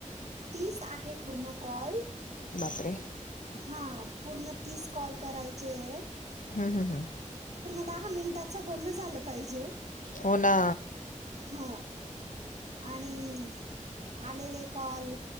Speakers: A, on the right; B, on the left.
A: तीस आहे पूर्ण कॉल
B: बापरे
A: हा पूर्ण तीस कॉल करायचे आहे
B: हम्म हम् हम्म
A: दहा मिनिटाचं बोलण झालं पाहिजे
B: होना
A: हा आणि आलेले कॉल